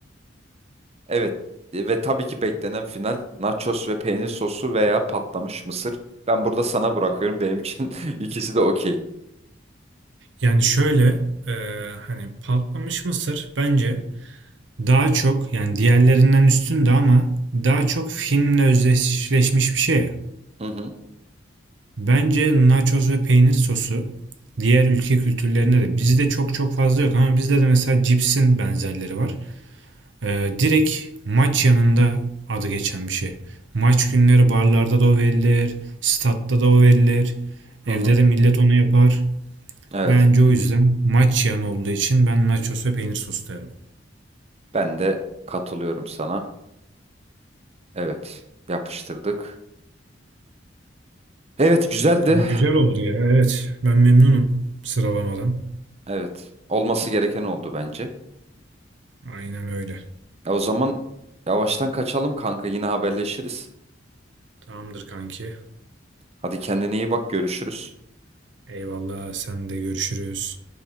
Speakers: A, on the right (about 35°); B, on the right (about 70°).
A: Evet e, ve tabii ki beklenen final nachos ve peynir sosu veya patlamış mısır. Ben burada sana bırakıyorum. Benim için <laughs> ikisi de okey.
B: Yani şöyle e, hani patlamış mısır bence daha çok yani diğerlerinden üstündü ama daha çok finle özdeşleşmiş bir şey.
A: Hı hı,
B: Bence nachos ve peynir sosu diğer ülke kültürlerine de bizde çok çok fazla yok ama bizde de mesela cipsin benzerleri var. E, direkt maç yanında adı geçen bir şey. Maç günleri barlarda da o verilir, statta da o verilir. Evde
A: hı hı.
B: de millet onu yapar.
A: Evet
B: Bence o yüzden maç yan olduğu için ben nachos ve peynir sosu derim.
A: ben de katılıyorum sana. Evet yapıştırdık. Evet güzeldi.
B: Kanka Güzel oldu ya. Evet. Ben memnunum sıralamadan.
A: Evet olması gereken oldu bence.
B: Aynen öyle.
A: E, o zaman yavaştan kaçalım kanka yine haberleşiriz.
B: Tamamdır kanki.
A: Hadi kendine iyi bak görüşürüz.
B: Eyvallah. Sen de görüşürüz.